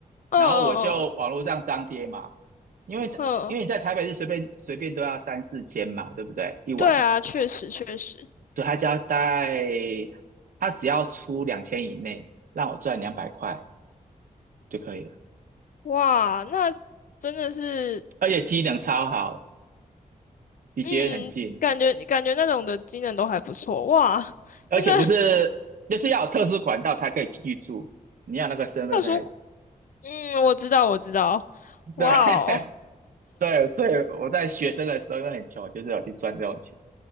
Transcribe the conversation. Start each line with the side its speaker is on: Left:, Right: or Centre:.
Left: 嗯嗯嗯
Right: 然后我就网络上张贴嘛，因为因为你在台北是随便随便都要三四千嘛，
Left: 嗯，嗯
Right: 对不对？一晚，
Left: 对啊，确实确实，
Right: 对他只要带，他只要出两千以内，让我赚两百块就可以了，
Left: 哇，那真的是，
Right: 而且机能超好，离捷运很近，
Left: 嗯，感觉感觉那种的技能都还不错，哇，
Right: 而且不是就是要有特殊管道才可以去住，
Left: 真的
Right: 你要那个身份才
Left: 特殊，嗯，我知道我知道，哇哦，
Right: 对 <laughs> 对，所以我在学生的时候因为很穷，就是有去赚这种钱，